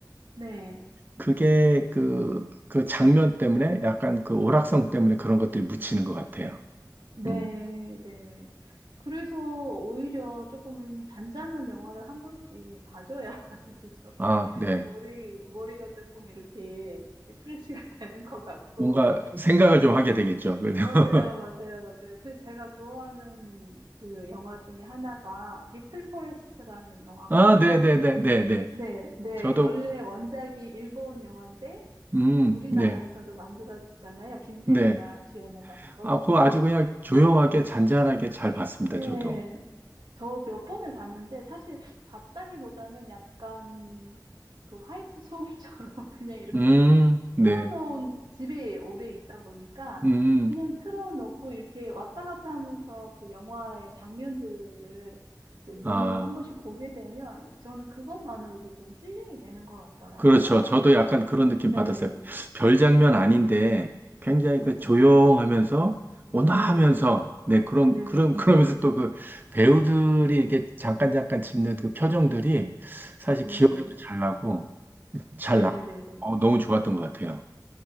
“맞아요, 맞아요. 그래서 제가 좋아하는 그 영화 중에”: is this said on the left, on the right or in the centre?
Right